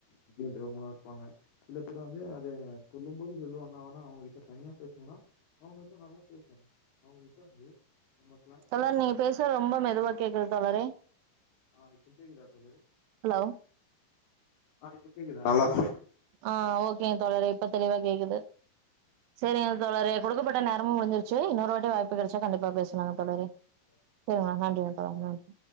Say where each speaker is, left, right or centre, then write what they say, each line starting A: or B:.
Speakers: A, on the left (about 70°); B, on the right (about 75°).
A: அப்டின்றவங்களு இருப்பாங்க. சில பேர் வந்து அத சொல்லும் போது சொல்லுவாங்க ஆனா அவங்ககிட்ட தனியா பேசுனோனா அவங்க வந்து நல்லா பேசுவாங்க அவங்க கிட்ட வந்து நம்ம கிளாஸ்ல
B: தோழர்
A: இருக்கும்போது
B: நீங்க பேசுறது ரொம்ப மெதுவா கேக்குது தோழரே.
A: ஆ இப்ப கேக்குதா தோழரே?
B: ஹலோ
A: ஆ இப்ப கேக்குதுங்களா?
B: ஆ ஓகேங்க தோழரே இப்ப தெளிவா கேக்குது. சரிங்க தோழரே கொடுக்கப்பட்ட நேரமு முடிஞ்சிருச்சு இன்னொரு வாட்டி வாய்ப்பு கெடைச்சா கண்டிப்பா பேச லாங்க தோழரே செரிங்க நன்றிங்க தோழா நன்றி